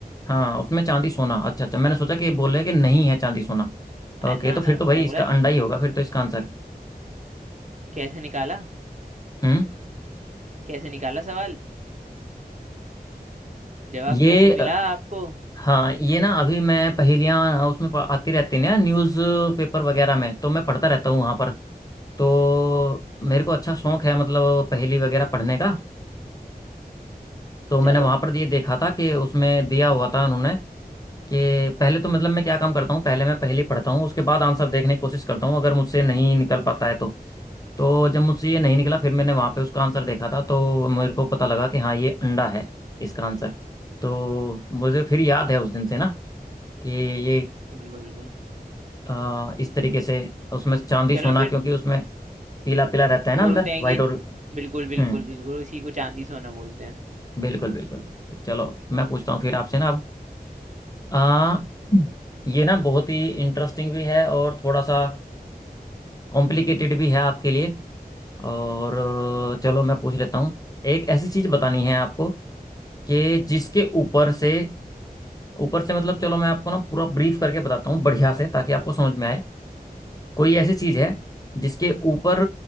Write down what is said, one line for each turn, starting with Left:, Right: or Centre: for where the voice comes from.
Left: हाँ उसमें चांदी सोना अच्छा अच्छा मैंने सोचा कि ये बोल रहे हैं कि नहीं है चांदी सोना
Right: अ,
Left: ओके
Right: ना
Left: तो फिर
Right: ना
Left: तो भाई
Right: मैंने
Left: इसका
Right: बोला
Left: अंडा ही होगा फिर तो इसका आंसर
Right: कैसे निकाला
Left: हम्म
Right: कैसे निकाला सवाल जवाब
Left: ये
Right: कैसे मिला
Left: अ,
Right: आपको
Left: हाँ ये ना अभी मैं पहेलियाँ उसमें प- आती रहती हैं ना न्यूज़ पेपर वगैरह में तो मैं पढ़ता रहता हूँ वहाँ पर तो मेरे को अच्छा शौक है मतलब पहेली वगैरह पढ़ने का तो मैंने
Right: चलो
Left: वहां पर ये देखा था कि उसमें दिया हुआ था उन्होंने कि पहले तो मतलब मैं क्या काम करता हूँ पहले मैं पहेली पढ़ता हूँ उसके बाद आंसर देखने की कोशिश करता हूँ अगर मुझसे नहीं निकल पाता है तो तो जब मुझसे ये नहीं निकला फिर मैंने वहां पे उसका आंसर देखा था तो मेरे को पता लगा कि हाँ ये अंडा है इसका आंसर तो मुझे फिर याद है उस दिन से ना कि ये
Right: बिल्कुल बिल्कुल
Left: अ, इस तरीके से उसमें चांदी
Right: चलो
Left: सोना
Right: फिर
Left: क्योंकि उसमें पीला पीला रहता है ना अंदर
Right: बोलते हैं
Left: वाइट
Right: कि
Left: और
Right: बिल्कुल बिल्कुल
Left: हम्म
Right: बिल्कुल इसी को चांदी सोना बोलते हैं
Left: बिल्कुल बिल्कुल चलो मैं पूछता हूँ फिर आपसे ना अब आ, ये ना बहुत ही इंटरेस्टिंग भी है और थोड़ा सा कॉम्प्लिकेटेड भी है आपके लिए और अ, चलो मैं पूछ लेता हूँ एक ऐसी चीज बतानी है आपको कि जिसके ऊपर से ऊपर से मतलब चलो मैं आपको ना पूरा ब्रीफ करके बताता हूँ बढ़िया से ताकि आपको समझ में आए कोई ऐसी चीज है जिसके ऊपर